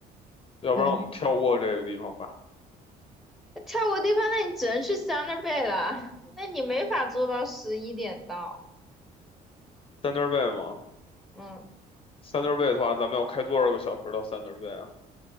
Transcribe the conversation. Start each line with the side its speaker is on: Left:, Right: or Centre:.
Left: 要不然我们跳过这个地方吧。
Centre: 嗯，那跳过地方，那你只能去 Thunder Bay 了，那你没法做到十一点到，
Left: t h u n 吗
Centre: 嗯，
Left: t h u n 的话，咱们要开多少个小时到 t h u n 啊？